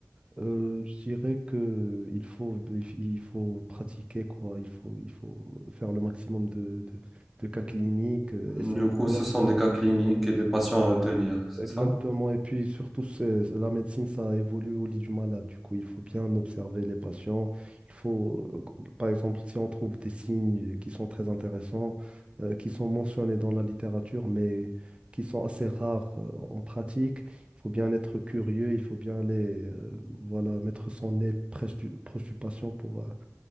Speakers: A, on the right; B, in the centre.
A: euh, je dirais que il faut il faut pratiquer quoi, il faut il faut faire le maximum de, de, de cas cliniques, euh,
B: mhm.
A: essayer
B: Du
A: de
B: coup, ce
A: voir
B: sont des cas cliniques et des patients à retenir, c'est
A: Exactement.
B: ça?
A: Et puis surtout, c'est- la médecine, ça évolue au lit du malade. Du coup, il faut bien observer les patients. Il faut, euh, qu- par exemple, si on trouve des signes qui sont très intéressants, euh, qui sont mentionnés dans la littérature, mais qui sont assez rares, euh, en pratique, il faut bien être curieux, il faut bien aller, euh, voilà, mettre son nez proche du, proche du patient pour, euh,